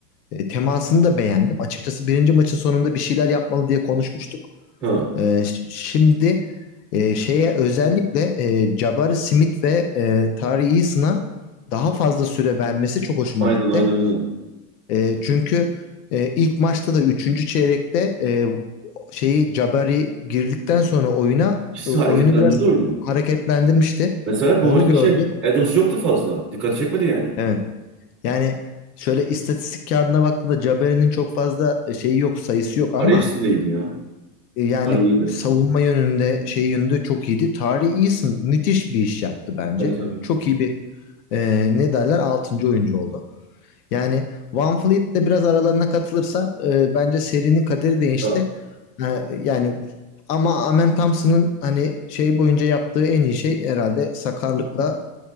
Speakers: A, on the left; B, in the centre.
A: e, temasını da beğendim. Açıkçası birinci maçın sonunda bir şeyler yapmalı diye konuşmuştuk.
B: Ha
A: E, ş- şimdi e, şeye özellikle e, Jabari Smith ve e, Tari Eason'a daha fazla süre vermesi çok hoşuma
B: aynen
A: gitti.
B: aynen aynen.
A: E, çünkü e, ilk maçta da üçüncü çeyrekte e, şeyi Jabari girdikten sonra oyuna
B: İkisi
A: e, oyunu
B: hareketlendirdi
A: biraz
B: oyunu.
A: hareketlendirmişti.
B: Mesela
A: Onu
B: bu maçta
A: gördüm.
B: şey Adams yoktu fazla. Dikkat çekmedi yani.
A: Evet. Yani şöyle istatistik kağıdına baktığında Jabari'nin çok fazla e, şeyi yok, sayısı yok ama
B: Carey ya.
A: e, yani
B: Curry iyiydi.
A: savunma yönünde, şey yönünde çok iyiydi. tari Eason müthiş bir iş yaptı bence.
B: Tabii tabii.
A: Çok iyi bir e, ne derler 6. oyuncu oldu. Yani Van Fleet de biraz aralarına katılırsa e, bence serinin kaderi değişti.
B: Ha,
A: E, yani ama Amen Thompson'ın hani şey boyunca yaptığı en iyi şey herhalde sakarlıkla